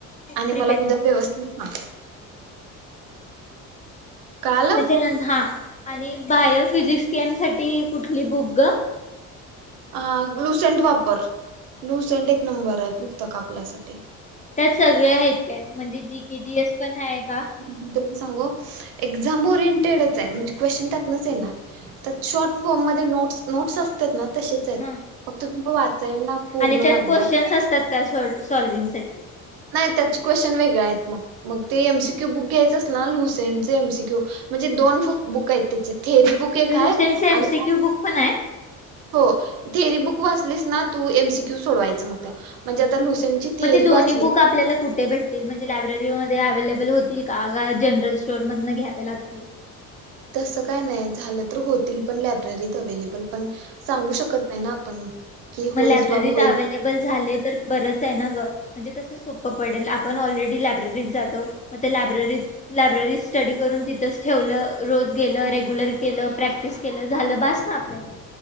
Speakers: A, on the right; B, on the left.
A: आणि
B: प्रिपेअर
A: मला उद्या
B: कर
A: व्यवस्थित सांग. कळालं
B: त्याच्यानंतर हा आणि बायो, फिजिक्स, केम साठी कुठली बुक गं.?
A: अ ग्लुसेंट वापर, ग्लुसेंट एक नंबर आहे पुस्तक आपल्यासाठी.
B: त्यात सगळे आहेत काय म्हणजे जी के जीएस पण आहे का?
A: तुला मी सांगू एक्झाम ओरिएंटेडच आहे म्हणजे क्वेशचन त्यातनचं येणार. त्यात शॉर्ट फोर्म मध्ये नोट्स, नोट्स असं त्यात ना तसेच आहेत,
B: हा
A: फक्त्त तुला वाचायला पूर्ण
B: आणि
A: लागणार.
B: त्यात काय सोड सॉल्विंगसाठी..
A: नाही त्याची क्वेश्चन वेगळें आहेत मग, मग ते एमसीक्यू बुक घ्यायचं अस ना लुसेंटचे एमसीक्यू म्हणजे दोन बुक आहेत त्याचे थेरी बुक, एक आहे
B: लुसेंटचे एमसीक्यू
A: आणि
B: बुक पण आहे.?
A: हो थेअरी बुक वाचलीस ना, तू एमसीक्यू सोडवायचं मग त्या. म्हणजे आता लुसेंटची थेरी
B: मग ते दोन्ही
A: वाचली,
B: बुक आपल्याला कुठे भेटतील म्हणजे लायब्ररीमध्ये अव्लेबल होतील का, जनरल स्टोअर मधनं घ्यावे लागतील?
A: तसं काय नाही, झालं तर होतील पण लायब्ररीत अवेलेबल. पण सांगू शकत नाही ना आपण. की
B: मग
A: होईच
B: लायब्ररीत
A: बाबा होईल
B: अव्हेलेबल झाले तर बरंच आहे ना ग. म्हणजे कसं सोपं पडेल आपण ऑलरेडी लायब्ररीत जातो, मग ते लायब्ररीत लायब्ररीत स्टडी करून तिथच ठेवलं, रोज गेलं, रेग्युलर केलं, प्रॅक्टिस केलं, झालं बास. हा आपल्याला.